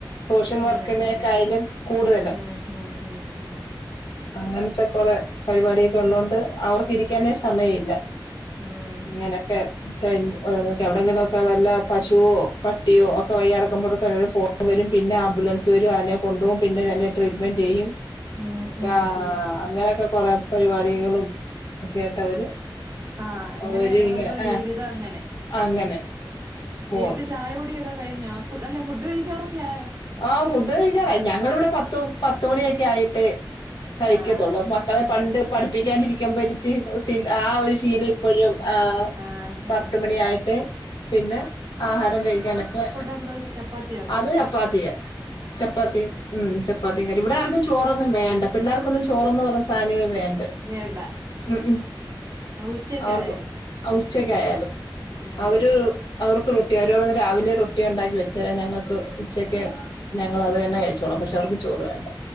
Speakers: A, on the left; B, on the right.
A: സോഷ്യൽ വർക്കിനേക്കായലും
B: ഉം ഉം
A: കൂടുതലാ
B: ഉം ഉം ഉം ഉം
A: അങ്ങനത്തെ കൊറെ പരിപാടിയൊക്കെ ഉള്ളതുകൊണ്ട് അവർക്ക് ഇരിക്കാനേ സമയം ഇല്ല
B: ഉം ഉം
A: ഇങ്ങനൊക്കെ ടൈം എവിടെങ്കിലൊക്കെ വല്ല പശുവോ പട്ടിയോ ഒക്കെ വയ്യറക്കുമ്പോഴത്തെ <inaudible> വരും പിന്നെ ആംബുലൻസ് വരും അതിനെ കൊണ്ടുപോകും പിന്നെ തന്നെ ട്രീറ്റ്മെന്റ് ചെയ്യും
B: ഉം ഉം
A: ആഹ
B: ഉം ഉം
A: അങ്ങനെയൊക്കെ കൊറെ പരിപാടികളും ഒക്കെ ആയിട്ട് അവര്
B: ആ അങ്ങനെ
A: ഒരു
B: അവരുടെ
A: ഇങ്ങനെ ആഹ്
B: ജീവിതം അങ്ങനെ
A: അങ്ങനെ പോകുന്നു
B: വീട്ട് ചായ കുടിയൊക്കെ കഴിഞ്ഞ അല്ല ഫുഡ് കഴിക്കാറൊക്കെ ആയോ
A: ആ ഫുഡ് കഴിക്കാറായി ഞങ്ങളിവിടെ പത്തു പത്തുമണിയൊക്കെ ആയിട്ട് കഴിക്കത്തുള്ളൂ
B: ആ ആ
A: മക്കളെ പണ്ട് പഠിപ്പിക്കാണ്ടിരിക്കുമ്പരുത്തി പി ആ ഒരു ശീലം ഇപ്പോഴും ആ
B: ആ
A: പത്തുമണിയ
B: ആ ആ
A: ആായിട്ട് പിന്നെ ആഹാരം കഴിക്കാനൊക്കെ
B: ഉ ദന്താത്ചാപ്പാ ത്യ
A: അത് ചപ്പാത്തിയ ചപ്പാത്തി ഉ ചപ്പാത്തി കറി ഇവിടെും ചോ റൊന്നും വേണ്ട പിള്ളർക്കൊും ചോറന്നന്ന് പറഞ്ഞ സാധനമേ വേണ്ട
B: വേണ്ട
A: ഉം ഉം
B: ആ ഉച്ചക്കായാലും
A: അവർക്ക് ഉച്ചക്കായാലും
B: ഉം
A: അവര്
B: ഉം
A: അവർക്ക് ൊട്ടി അവരോന്ന് രാവിലെ റൊട്ടി കുട്ടി ഉണ്ടാക്കി വെച്ചേരാ ഞങ്ങൾക്ക് ഉച്ചക്ക് ഞങ്ങൾ അത് തന്നെ കഴിച്ചോളാം പക്ഷെ അവർക്ക് ചോറ് വേണ്ട